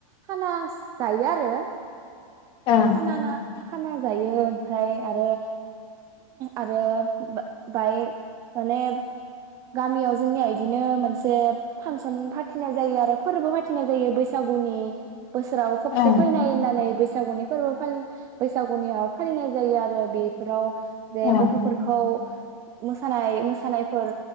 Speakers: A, on the right; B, on the left.
A: खाना जायो आरो
B: ओं
A: खाना ना खाना जायो ओमफ्राय आरो आरो बा बाय माने गामियाव जोंनिआय बिदिनो मोनसे फांसन फाथिनाय जायो आरो फोरबो फाथिनाय जायो बैसागुनि बोसोराव खोबसे
B: ओं
A: फैनाय होननानै बै जागोननि फोरबो फालि बैसागुनियाव फालिनाय जायो आरो बेफोराव जे
B: ओं
A: गथ'फोरखौ मोसानाय मोसानायफोर